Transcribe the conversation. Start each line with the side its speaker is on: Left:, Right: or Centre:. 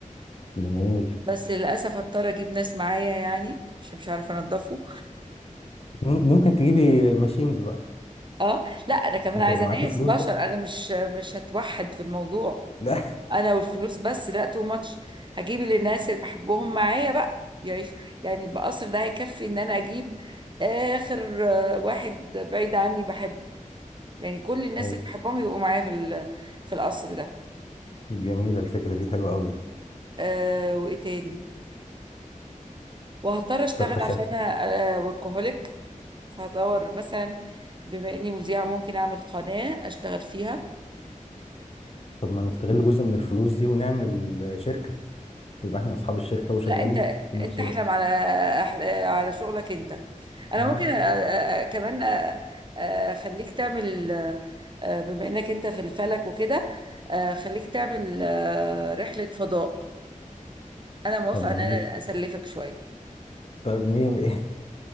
Left: جميل
Right: بس للاسف هضطر اجيب ناس معايا يعني عشان مش عارفه انضفه
Left: مم- ممكن تجيبي ماشينز بقى
Right: اه لا انا كمان
Left: انت
Right: عايزه
Left: هيبقى معاكي
Right: ناس
Left: فلوس
Right: بشر
Left: بقى
Right: انا مش مش هتوحد في الموضوع
Left: لا <laughs>
Right: انا والفلوس بس لا تو ماتش هجيب اللي الناس اللي بحبهم معايا بقى يعيش يعني بقصر ده هيكفي ان انا اجيب اخر آه، واحد بعيد عني بحبه يعني كل الناس
Left: طيب
Right: اللي بحبهم يبقوا معايا في ال- في القصر ده
Left: جميلة الفكرة دي حلوة قوي
Right: أه وايه تاني وهضطر اشتغل
Left: طب تخيل
Right: عشان انا وركهوليك فهدور مثلا بما اني مذيعه ممكن اعمل قناه اشتغل فيها
Left: طب ما نستغل جزء من الفلوس دي ونعمل آه، شركة يبقى احنا اصحاب الشركة وشغالين
Right: لا انت
Left: في نفس
Right: انت
Left: الوقت
Right: احلم على أحل... على شغلك انت انا
Left: اه
Right: ممكن أ... أ... أ- كمان أ- أ- اخليك تعمل ال... أ- بما انك انت في الفلك وكده أ، خليك تعمل أ، رحلة فضاء انا موافقة
Left: طب
Right: ان
Left: جميل
Right: انا اسلفك شوية
Left: طيب مية مية